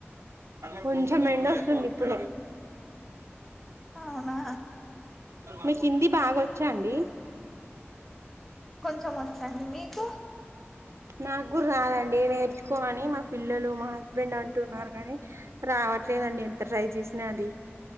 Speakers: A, on the right; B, in the centre.
A: కొంచం ఎండోస్తుంది ఇప్పుడే
B: అవునా
A: మీకు హిందీ బాగా వచ్చా అండి
B: తో వోచ్చు అండి మీకు
A: నాకు రాదండి నేర్చుకో అని మా పిల్లలు మా హస్బెండ్ అంటున్నారు గాని రావట్లేదండి ఎంత ట్రై చేసినా అది